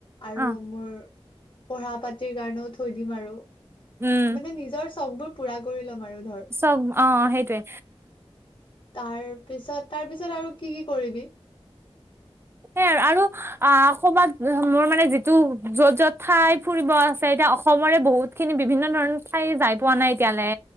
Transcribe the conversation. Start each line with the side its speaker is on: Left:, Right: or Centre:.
Left: আৰু
Right: অ
Left: মোৰ পঢ়া পাতিৰ কাৰণেও থৈ দিম আৰু।
Right: উম
Left: মানে নিজৰ চখবোৰ পুৰা কৰি ল'ম আৰু। ধৰ
Right: চব অ, সেইটোৱে।
Left: তাৰপিছ পিছত তাৰ পিছত আৰু কি- কি কৰিবি?
Right: সেই আৰু আহ, ক'বাত মোৰ মানে যিটো য'ত - য'ত ঠাই ফুৰিব আছে এতিয়া অসমৰে বহুত খিনি বিভিন্ন ধৰণৰ ঠাই যাই পোৱা নাই এতিয়ালে।